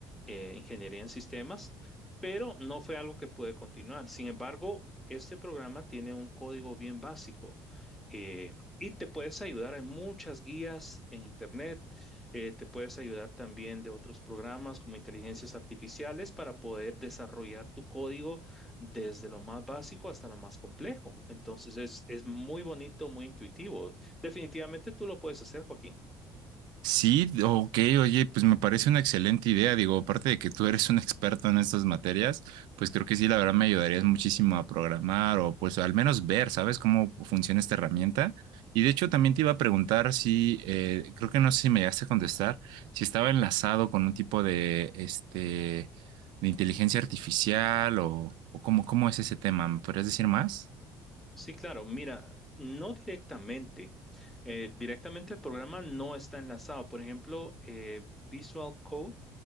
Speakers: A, in the centre; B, on the right (about 75°).
A: eh, ingeniería en sistemas, pero no fue algo que pude continuar. Sin embargo, este programa tiene un código bien básico. eh, y te puedes ayudar en muchas guías en internet eh, te puedes ayudar también de otros programas como inteligencias artificiales para poder desarrollar tu código desde lo más básico hasta lo más complejo. Entonces es, es muy bonito, muy intuitivo. Definitivamente tú lo puedes hacer, Joaquín.
B: Sí, ok, oye, pues me parece una excelente idea. Digo, aparte de que tú eres un experto en estas materias, pues creo que sí, la verdad me ayudarías muchísimo a programar o pues al menos ver, ¿sabes cómo funciona esta herramienta? Y de hecho también te iba a preguntar si, eh, creo que no sé si me llegaste a contestar, si estaba enlazado con un tipo de, este, de inteligencia artificial o, o cómo, cómo es ese tema. ¿Me podrías decir más?
A: Sí, claro. Mira, no directamente. Eh, directamente el programa no está enlazado. Por ejemplo, eh, Visual Code,